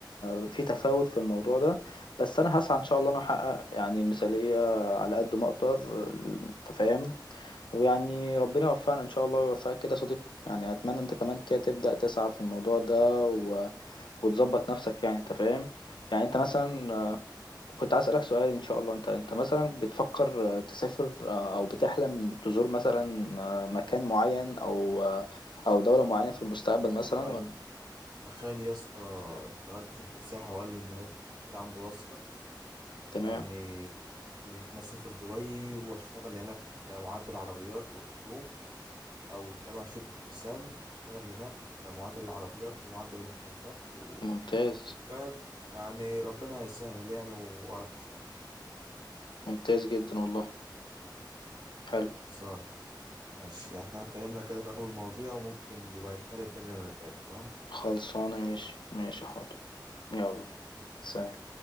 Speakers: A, on the left; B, on the right.
A: آه، في تفاوت في الموضوع ده بس أنا هسعى إن شاء الله إن أنا أحقق يعني المثالية على قد ما أقدر أنت فاهم ويعني ربنا يوفقنا إن شاء الله ويوفقك كده يا صديقي يعني أتمنى أنت كمان كده تبدأ تسعى في الموضوع ده و... وتظبط نفسك يعني أنت فاهم يعني انت مثلا
B: أكيد.
A: كنت عايز أسألك سؤال إن شاء الله أنت أنت مثلا بتفكر آه، تسافر آه، أو بتحلم تزور مثلا آه، مكان معين أو آه، أو دولة معينة في المستقبل مثلا
B: ايوه ايوه
A: ولا
B: أنا خالي يا اسطى شغال في شركة سياحة وقال لي ان هو كده عنده واسطة
A: تمام
B: يعني ممكن يخليني اسافر دبي واشتغل هناك كمعدل عربيات اوتو بروم او تابع شركة نيسان اشتغل هناك كمعدل عربيات ومعدل المحركات و...
A: ممتاز
B: فاهم؟ يعني ربنا هيسهل يعني واعرف اشتغل
A: ممتاز جدا والله حلو
B: ماشي ماشي يعني احنا اتكلمنا كده في اغلب المواضيع وممكن يبقى نتكلم تاني لما نتقابل تمام
A: خلصانة ماشي ماشي حاضر يلا
B: ماشي.
A: سلام